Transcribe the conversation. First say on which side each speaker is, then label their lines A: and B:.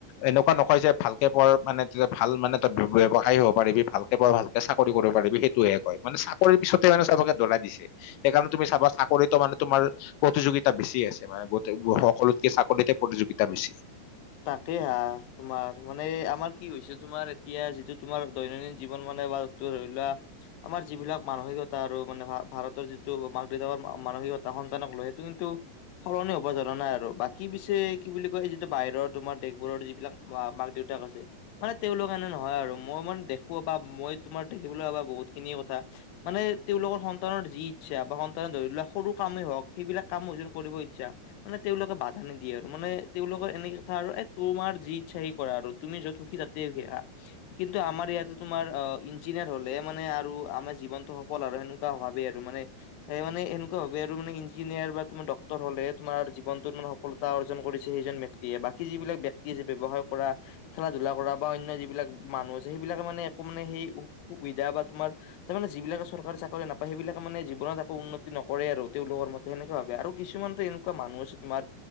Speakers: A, on the left; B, on the left.
A: এনেকুৱা নকয় যে ভালকে পঢ় মানে তেতিয়া ভাল মানে ত ব্যৱসায় হ'ব পাৰিবি ভালকে পঢ় ভালকে চাকৰি কৰিব পাৰি সেইটোহে কয় মানে চাক- কৰি পিছতে মানে চাবকে ধৰাই দিছে সেইকাৰণে তুমি চাবা চাকৰিতো মানে তোমাৰ প্ৰতিযোগিতা বেছি আছে। মানে গোট সকলোতকে চাকৰিতে প্ৰতিযোগিতা বেছি।
B: তাকে হা তোমাৰ মানে আমাৰ কি হৈছে তোমাৰ এতিয়া যিটো তোমাৰ দৈনন্দিন জীৱন মানে বা তো ধৰি লোৱা আমাৰ যিবিলাক মানসিকতা আৰু মানে ভাৰতৰ যিটো মাক দেউতাকৰ মানসিকতা সন্তানক লৈ সেইটো কিন্তু সলনি হ'ব ধৰা নাই আৰু বাকী পিছে কি বুলি কয় যিটো বাহিৰত তোমাৰ দেশবোৰৰ যিবিলাক মাক দেউতাক আছে। মানে তেওঁলোক এনে নহয় আৰু মই মানে দেখো বা মই তোমাৰ দেখিবলৈ পাবা বহুতখিনি কথা। মানে তেওঁলোকৰ সন্তানৰ যি ইচ্ছা বা সন্তানৰ ধৰি লোৱা সৰু কামেই হওক সেইবিলাক কামো অযোন কৰিব ইচ্ছা। মানে তেওঁলোকে বাধা নিদিয়ে আৰু মানে তেওঁলোকৰ এনেকে কথা আৰু এ তোমাৰ যি ইচ্ছা সি কৰা আৰু তুমি য'ত সুখী তাতে সখি আহা কিন্তু আমাৰ ইয়াতে তোমাৰ অ ইঞ্জিনিয়াৰ হ'লে মানে আৰু আমাৰ জীৱনটো সফল আৰু সেনে- তা ভাৱে আৰু মানে। সে মানে এনেকুৱা ভাবে আৰু মানে ইঞ্জিনিয়াৰ বা তোমাৰ ডক্টৰ হলে তমাৰ জীৱনটো মান সফ- ফলতা অৰ্জন কৰিছে সেইজন ব্যক্তিয়ে বাকী যিবিলাক ব্যক্তি আছে যে ব্যৱসায় কৰা খেলা-ধূলা কৰা বা অন্য যিবিলাক মানুহ আছে সেইবিলাকে মানে একো মানে সেই সুবিধা বা তোমাৰ <unintelligible> তাৰ মানে যিবিলাক চৰকাৰী চাকৰি নাপায় সেইবিলাক মানে জীৱনত একো উন্নতি নকৰে আৰু তেওঁলোকৰ মতে <unintelligible> তেনেকে ভাৱে আৰু কিছুমানতো এনেকুৱা মানুহ আছে তোমাৰ